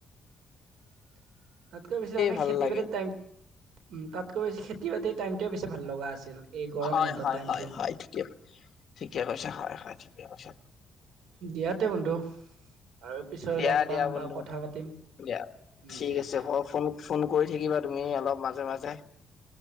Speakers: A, on the right; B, on the left.
A: <inaudible> তাতকৈ বেছি তাৰমানে
B: ভাল
A: খেতি
B: লাগে
A: বাতিত টাইম, উ তাতকৈ বেছি খেতি-বাতি টাইমটোৱে বেছি ভাল লগা আছিল। এই গৰম
B: হয়
A: বন্ধ
B: হয়
A: টাইমটো।
B: হয় হয় ঠিকে, ঠিকে কৈছা হয় হয়, ঠিকে কৈছা।
A: দিয়া তে বন্ধু। আৰু পিছলৈ
B: দিয়া
A: লগ পাম
B: দিয়া বন্ধু,
A: বা কথা পাতিম
B: দিয়া
A: উম,
B: ঠিক
A: দিয়া
B: আছে
A: দিয়া
B: ক ফোন ফোন কই থাকিবা তুমি অলপ মাজে মাজে।